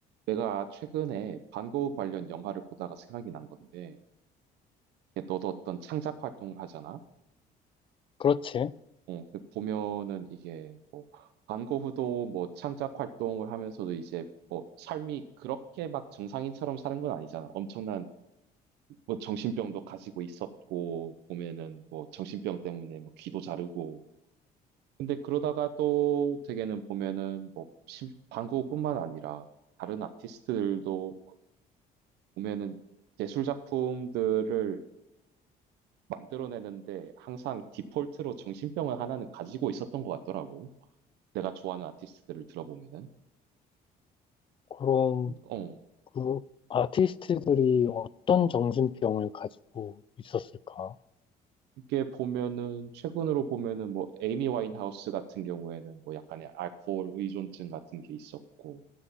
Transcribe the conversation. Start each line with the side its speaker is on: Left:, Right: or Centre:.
Right: 내가 최근에 반고 관련 영화를 보다가 생각이 난 건데, 이게 너도 어떤 창작 활동을 하잖아?
Left: 그렇지.
Right: 어, 근데 보면은 이게 뭐, 반고 후도 뭐 창작 활동을 하면서도 이제 뭐 삶이 그렇게 막 정상인처럼 사는 건 아니잖아. 엄청난 뭐 정신병도 가지고 있었고, 보면은 뭐 정신병 때문에 뭐 귀도 자르고. 근데 그러다가 또 되게는 보면은 뭐 심- 반고흐뿐만 아니라 다른 아티스트들도 보면은 예술 작품들을 만들어내는데 항상 디폴트로 정신병을 하나는 가지고 있었던 것 같더라고. 내가 좋아하는 아티스트들을 들어보면은.
Left: 그럼
Right: 어.
Left: 그 아티스트들이 어떤 정신병을 가지고 있었을까?
Right: 이게 보면은 최근으로 보면은 뭐 에이미 와인하우스 같은 경우에는 뭐 약간의 알코올 의존증 같은 게 있었고